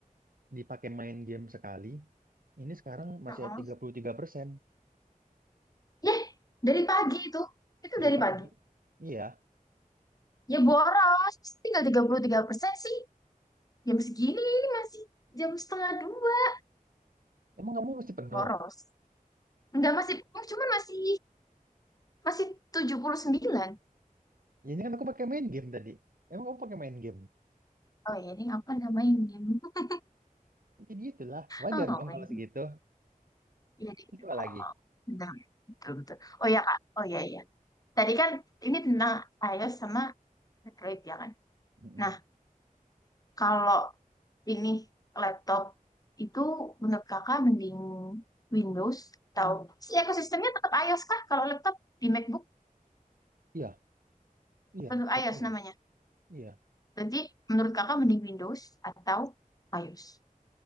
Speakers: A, on the right; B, on the left.
A: dipakai main game sekali. Ini sekarang masih
B: Ha-ha.
A: ada 33%
B: Ya, dari pagi itu. Itu
A: dari
B: dari
A: pagi.
B: pagi.
A: Iya.
B: Ya boros, tinggal tiga tiga puluh tiga persen sih. Jam segini ini masih jam setengah dua.
A: Emang kamu masih penuh?
B: Boros. Enggak masih, cuman masih masih tujuh puluh sembilan
A: Ya, Ini kan aku pakai main game tadi. Emang kamu pakai main game?
B: Oh ya, ini apa namanya? <laughs>
A: Ya gitulah, wajar
B: Oh
A: dong
B: my
A: kalau
B: God.
A: segitu.
B: Iya, deh.
A: Itu Coba
B: Oh,
A: lagi.
B: oh, benar. Betul, betul. Oh ya, Kak. Oh ya, ya. Tadi kan ini tentang iOS sama Android ya kan?
A: Mm-mm.
B: Nah, Kalau ini laptop itu menurut kakak mending Windows atau si ekosistemnya tetap iOS kah? Kalau laptop di MacBook
A: Iya, iya,
B: tetap
A: tetap
B: iOS
A: Ayo.
B: namanya.
A: iya.
B: Jadi menurut kakak mending Windows atau iOS?